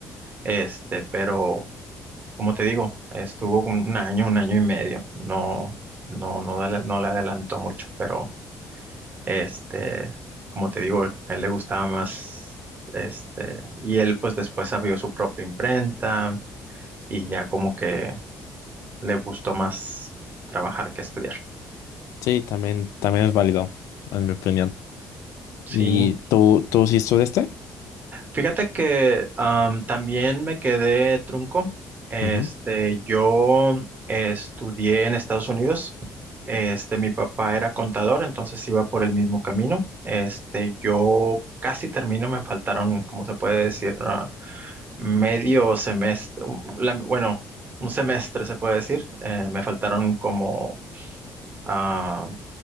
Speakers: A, on the right (about 35°); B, on the left (about 80°).
A: Este, pero como te digo, estuvo un un año, un año y medio. No, no, no, dale- no le adelantó mucho, pero este, como te digo, a él le gustaba más, este, y él pues después abrió su propia imprenta y ya como que le gustó más trabajar que estudiar.
B: Sí, también, también es válido, en mi opinión.
A: Sí,
B: ¿Y tú, tú sí estudiaste?
A: Fíjate que am, también me quedé trunco. Este,
B: Ujú.
A: yo estudié en Estados Unidos. Este, mi papá era contador, entonces iba por el mismo camino. Este, yo casi termino, me faltaron, como se puede decir, Ah, medio semestre, un- la- bueno, un semestre se puede decir. Eh, me faltaron como ah,